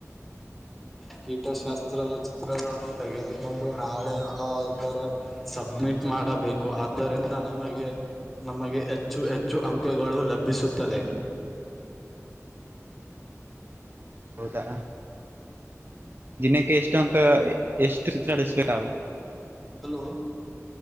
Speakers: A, in the centre; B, on the right.
A: ಕೀಟಶಾಸ್ತ್ರದ ಚಿತ್ರಗಳನ್ನು ತೆಗೆದುಕೊಂಡು ನಾಳೆ ಇದರ ಸಬ್ಮಿಟ್. ಮಾಡಬೇಕು ಆದ್ದರಿಂದ ನಮಗೆ. ನಮಗೆ ಹೆಚ್ಚು ಹೆಚ್ಚು ಅಂಕಗಳು ಲಭಿಸುತ್ತದೆ.
B: ಹೌದಾ ದಿನಕ್ಕೆ ಎಷ್ಟು ಅಂಕ ಎಷ್ಟು ಚಿತ್ರ ಬೆಡಸ್ಬೇಕು
A: ಹಲೋ